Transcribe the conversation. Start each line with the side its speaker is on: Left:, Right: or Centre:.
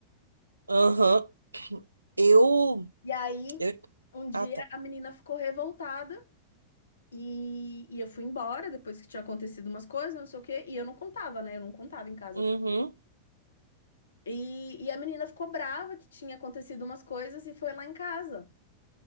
Right: aham. Eu,
Left: E aí,
Right: eu,
Left: um dia
Right: ah tá,
Left: a menina ficou revoltada e, e eu fui embora depois que tinha acontecido umas coisas, não sei o quê, e eu não contava, né? Eu não contava em casa,
Right: uhum.
Left: E, e a menina ficou brava que tinha acontecido umas coisas e foi lá em casa.